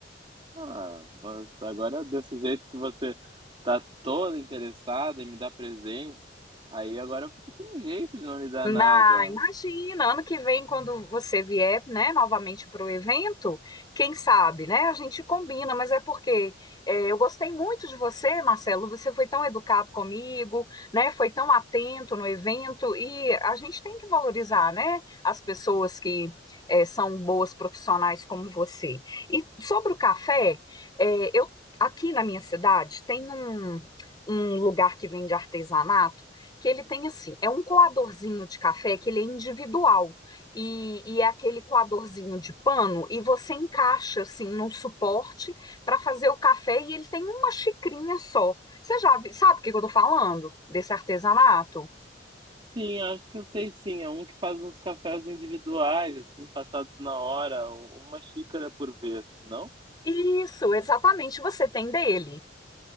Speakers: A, on the right; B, on the left.
A: Ah, mas agora desse jeito que você tá toda interessada em me dar presentes, aí agora eu fico sem jeito de não lhe dar
B: Na,
A: nada.
B: imagina, ano que vem, quando você vier, né, novamente para o evento, quem sabe, né? A gente combina, mas é porque é, eu gostei muito de você, Marcelo. Você foi tão educado comigo, né? Foi tão atento no evento e a gente tem que valorizar, né? As pessoas que é, são boas profissionais como você. E sobre o café, é, eu aqui na minha cidade tem um um lugar que vende artesanato que ele tem assim, é um coadorzinho de café que ele é individual e, e é aquele coadorzinho de pano e você encaixa assim num suporte para fazer o café e ele tem uma xicrinha só. Você já vi- sabe o que que eu tô falando desse artesanato?
A: Sim, acho que eu sei sim. É um que faz uns cafés individuais, assim, passados na hora, um, uma xícara por vez, não?
B: Isso, exatamente, você tem dele.